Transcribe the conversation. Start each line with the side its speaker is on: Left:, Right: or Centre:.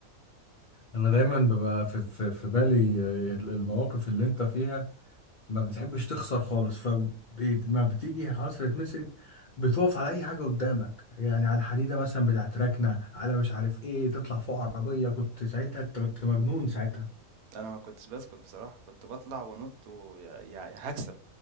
Left: انا دايما
Right: انا
Left: ببقى في في في بالي آه، ال- المواقف اللي انت فيها ما بتحبش تخسر خالص فما بتيجي خلاص تتمسك بتوقف على اي حاجه قدامك يعني على الحديده مثلا بتاعت ركنه على مش عارف ايه تطلع فوق عربيه كنت ساعتها أنت كنت مجنون ساعتها
Right: انا ما كنتش بسكت بصراحة كنت بطلع وانط ويعني هكسب